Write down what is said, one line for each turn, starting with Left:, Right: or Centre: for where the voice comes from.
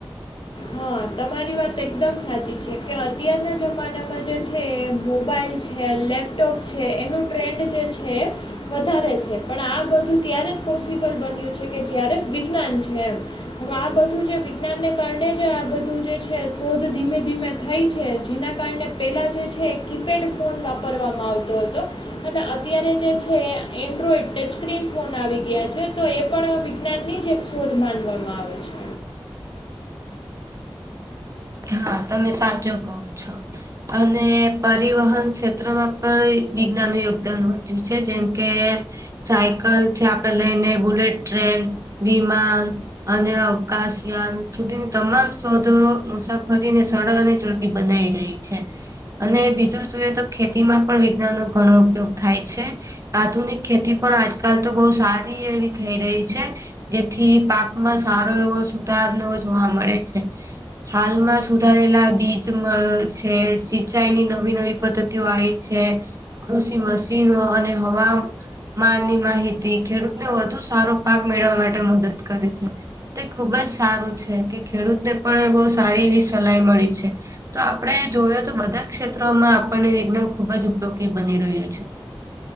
Left: હા, તમારી વાત એકદમ સાચી છે કે અત્યારના જમાનામાં જે છે એ મોબાઈલ છે. લેપટોપ છે એનું ટ્રેન્ડ જે છે, એ વધારે છે. પણ આ બધું ત્યારે જ પોસિબલ બન્યું છે કે જયારે વિજ્ઞાન છે એમ. અને આ બધું છે વિજ્ઞાનને કારણે આ બધું જે છે શોધ ધીમે-ધીમે થઈ છે જેના કારણે પેલા જે છે કીપેડ ફોન વાપરવામાં આવતો હતો. અને અત્યારે જે છે એન્ડ્રોઈડ ટચ સ્ક્રીન ફોન આવી ગયા છે તો એ પણ જજ્ઞાનની જ એક શોધ માનવામાં આવે છે.
Right: હા તમે સાચુ કહો છો. અને પરિવહન ક્ષેત્રમાં પણ વિજ્ઞાનનું યોગદાન વધ્યું છે જેમ કે સાયકલ છે આપણે લઈને બુલેટ ટ્રેન, વિમાન. અને અવકાશયાન સુધીની તમામ શોધો મુસાફ કરીને <unintelligible> અને ચરકી બનાવી રહી છે. અને બીજું જોઈએ તો ખેતીમાં પણ વિજ્ઞાનનો ઘણો ઉપયોગ થાય છે. આધુનિક ખેતી પણ આજકાલ તો બહુ સારી એવી થઈ રહી છે. જેથી પાકમાં સારો એવો સુધાર જોવા મળે છે, હાલમાં સુધારેલા બીચમાં છે, સિંચાઈની નવી-નવી પદ્ધતિઓ આવી છે. કૃષિ મશીન અને હવા માની માહિતી ખેડૂતને વધુ સારો પાક મેળવવા માટે મદદ કરે છે. તે ખુબ જ સારું છે, કે ખેડૂતને પણ બહુ સારી એવી સલાહ મળી છે. તો આપણે જોઈએ તો બધા ક્ષેત્રોમાં આપણને વિજ્ઞાન ખુબ જ ઉપયોગી બની રહ્યું છે.